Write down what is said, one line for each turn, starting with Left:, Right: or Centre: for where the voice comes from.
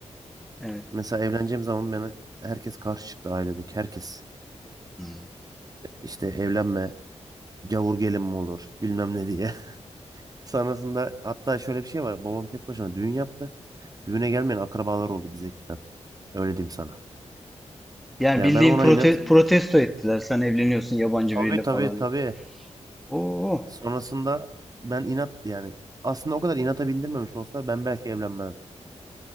Centre: evet.
Right: Mesela evleneceğim zaman bana herkes karşı çıktı ailedeki herkes.
Centre: Hmm.
Right: İşte evlenme, gavur gelin mi olur bilmem ne diye. <laughs> Sonrasında hatta şöyle bir şey var. Babam tek başına düğün yaptı. Düğüne gelmeyen akrabalar oldu bize küsen. Öyle diyeyim sana.
Centre: Yani
Right: Yani
Centre: bildiğin
Right: ben ona
Centre: prote-
Right: inat.
Centre: protesto ettiler. Sen evleniyorsun yabancı
Right: Tabii
Centre: biriyle
Right: tabii
Centre: falan.
Right: tabii.
Centre: Oo.
Right: Sonrasında ben inat yani aslında o kadar inata bindirmemiş olsalar ben belki evlenmezdim.